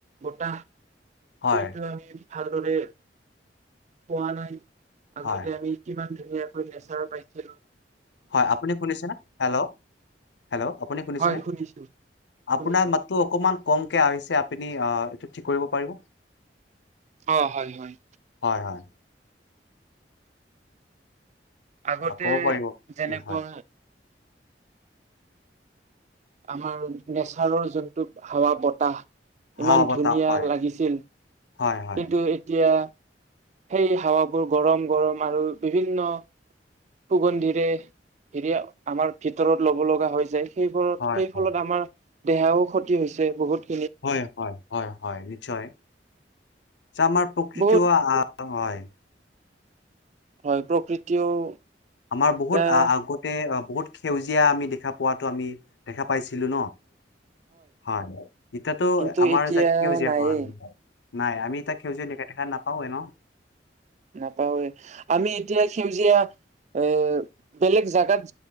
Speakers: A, on the right; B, on the left.
A: বতাহ,
B: হয়,
A: সেইটো আমি ভালদৰে পোৱা নাই। আগতে
B: হয়,
A: আমি কিমান ধুনীয়াকৈ নেচাৰ পাইছিলোঁ।
B: হয়, আপুনি শুনিছেনে? হেল্ল', হেল্ল', আপুনি শুনিছেনে?
A: হয় শুনিছো
B: আপোনাৰ
A: শুনিছো।
B: মাততো অকমান কমকে আহিছে। আ নি আ, এইটো ঠিক কৰিব পাৰিব।
A: অ' হয়, হয়।
B: হয়, হয়।
A: আগতে
B: আ ক'ব পাৰিব।
A: যেনেকুৱা
B: উম, হয়।
A: আমাৰ নেচাৰৰ যোনটো হাৱা-বতাহ
B: হাৱা
A: ইমান
B: বতাহ
A: ধুনীয়া
B: হয়।
A: লাগিছিল,
B: হয়,
A: কিন্তু
B: হয়।
A: এতিয়া সেই হাৱাবোৰ গৰম-গৰম আৰু বিভিন্ন সুগন্ধিৰে হেৰি আমাৰ ভিতৰত ল'ব লগা হৈ যায়। সেইবোৰত,
B: হয়,
A: সেই
B: হয়।
A: ফলত আমাৰ দেহাও ক্ষতি হৈছে বহুত।
B: হয়, হয়, হয়, হয় নিশ্চয়। আমাৰ প্ৰকৃতিও
A: বহুত
B: আহ হয়।
A: হয়, প্ৰকৃতিও
B: আমাৰ
A: এটা
B: বহুত আ-আগতে বহুত সেউজীয়া আমি দেখা পোৱাতো আমি দেখা পাইছিলো ন? <inaudible> হয়, হয়। ইতাতো
A: কিন্তু
B: আমাৰ
A: এতিয়া
B: যাক সেউজীয়া
A: নায়েই
B: <unintelligible> নাই, আমি ইতিয়া সেউজীয়া <unintelligible> দেখা নাপাওঁ এ ন'?
A: নাপাওৱে। আমি এতিয়া সেউজীয়া এ বেলেগ জাগাত